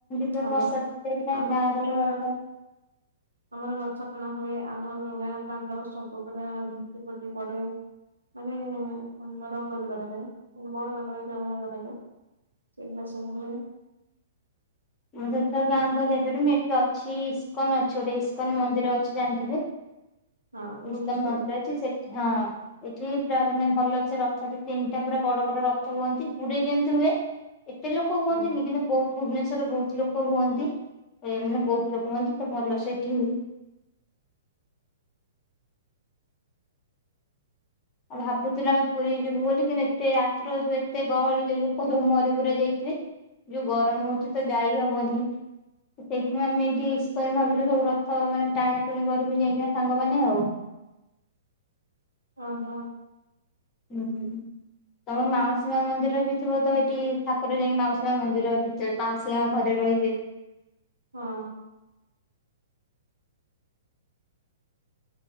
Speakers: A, on the left; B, on the right.
A: ପୁରା
B: ଆମର
A: ପ୍ରସାଦ ଦେଇକିନା
B: ଆମର
A: ଗାଁରେ
B: ତ ପୁରା
A: ରଥ
B: ଆମର ଗଛ ଣା ହୁଏ ଆମର ଗାଁ ଦାଣ୍ଡ ସବୁ ପୁରା ଝୋଟି ଫୁଟି ପଡେ। ମାନେ ମ ରଙ୍ଗୋଲି କରାଯାଏ ବଡଦାନରେ ଝଉଣା କରାଯାଏ। ସେଇ ସବ ହୁଏ।
A: ମୁଁର ଗାଁ ଘର ଯେପାର ମେଠ ଅଛି ଇସ୍କନ ଅଛି ଗୋଟେ ଇସ୍କନ ମନ୍ଦିର ଅଛି ଜାଣିଥିବେ?
B: ହଁ ଭୁବନେଶ୍ୱରରେ
A: ଇସ୍କନ ମନ୍ଦିର ଅଛି ସେଠି ହଁ ଏଠି ପୁରା ମାନେ ଭଲ ସେ ରଥ ଟ ତିନିଟା ପୁରା ବଡ ବଡ ରଥ ହୁଅନ୍ତି ପୁରୀ ଯେମିତି ହୁଏ। ସେ ଲୋକ ହୁନ୍ତିନି
B: ହୁଁ
A: କି ବହୁତ ଭୁବନେଶ୍ୱ ରେ ବହୁତ ଲୋକ ହୁଅନ୍ତି ଏ ବହୁତ ଲୋକ ହୁଅନ୍ତି ତ ଭଲ ସେଇଠି <inaudible> ଆଉ ଭାବୁଥିଲୁ ଆମେ ପୁରୀ ଯିବୁ ବୋଲି କିନ୍ତୁ ଏତେ ଆଶ୍ରୟ ଏତେ ଗହଳି ଲୋକ ସବୁ ମରି ମୁରା ଯାଇଥିଲେ। ଯୋଉ ଗରମ
B: ହୁଁ
A: ହଉଛି ତ ଯାଇ ହବନି। ସେଇଥିପଁ ଆମେ ଏଇଠି ୟଜ ଭାବିଲୁ ସବୁ ରଥ ମାନେ ଟାଣା ଟୁଣି କରିବୁ ଯାଇଥିବା ସାଙ୍ଗମାନେ ଆଉ। <inaudible>
B: ହ ହଁ।
A: ହୁଁ ହୁଁ। ତମେ ମାଉସୀମା ମନ୍ଦିର ବି ଥିବ ତ ସେଇଠି ଠାକୁର ଯାଇକି ମାଉସୀମା ମନ୍ଦିର ଭିତରେ ମାଉସୀମା ଘରେ ରହିବେ।
B: ହଁ।